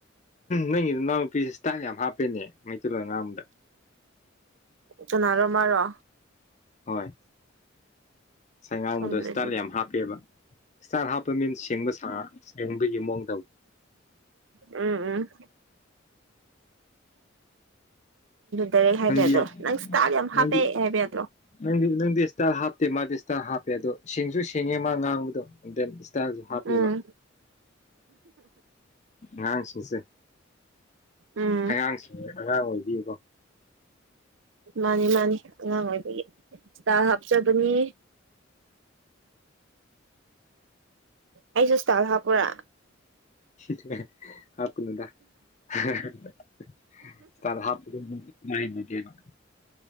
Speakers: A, on the left (about 35°); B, on the right (about 70°).
A: ꯅꯪꯒꯤꯗ ꯏꯅꯥꯎꯅꯨꯄꯤꯁꯦ ꯏꯁꯇꯥꯥꯏ ꯌꯥꯝ ꯍꯥꯞꯄꯦꯅꯦ <unintelligible>
B: ꯆꯅꯔꯃꯔꯣ
A: ꯍꯣꯏ ꯉꯥꯁꯥꯏ ꯉꯥꯡꯕꯗꯣ
B: ꯈꯪꯗ꯭ꯔꯦ
A: ꯏꯁꯇꯥꯜ
B: ꯑꯗꯨꯗꯤ
A: ꯌꯥꯝ ꯍꯥꯞꯄꯦꯕ ꯏꯁꯇꯥꯜ ꯍꯥꯞꯄ ꯃꯤꯟ ꯁꯦꯡꯕ ꯁꯥ ꯁꯦꯡꯕꯒꯤ ꯃꯑꯣꯡꯗ
B: ꯎꯝ ꯎꯝ ꯗꯔꯦꯛ ꯍꯥꯏꯕ
A: ꯅꯪꯗꯤ
B: ꯑꯗꯣ
A: ꯌꯥꯝ
B: ꯅꯪ ꯏꯁꯇꯥꯔ ꯌꯥꯝ
A: ꯅꯪꯗꯤ
B: ꯍꯥꯞꯄꯦ ꯍꯥꯏꯕ ꯑꯗ꯭ꯔꯣ
A: ꯅꯪꯗꯤ ꯅꯪꯗꯤ ꯏꯁꯇꯥꯔ ꯍꯥꯞꯇꯦ ꯃꯥꯗꯤ ꯏꯁꯇꯥꯔ ꯍꯥꯞꯄꯦ ꯑꯗꯣ ꯁꯤꯡꯁꯨ ꯁꯦꯡꯉꯦ ꯃꯥ ꯉꯥꯡꯕꯗꯣ ꯗꯦꯟ ꯏꯁꯇꯥꯜꯁꯨ ꯍꯥꯞꯄꯦꯕ
B: ꯎꯝ
A: ꯉꯥꯡ ꯁꯤꯡꯁꯦ
B: ꯎꯝ
A: ꯑꯉꯥꯡ ꯑꯉꯥꯡ ꯑꯣꯏꯕꯤ ꯀꯣ
B: ꯃꯥꯅꯤ ꯃꯥꯅꯤ ꯑꯉꯥꯡ ꯑꯣꯏꯕꯒꯤ ꯏꯁꯇꯥꯏ ꯍꯥꯞꯆꯕꯅꯤ ꯑꯩꯁꯨ ꯁꯇꯥꯜ ꯍꯥꯥꯞꯄꯣꯔ
A: ꯁꯤ <unintelligible> ꯍꯥꯞ ꯀꯥꯅꯨꯗ <unintelligible>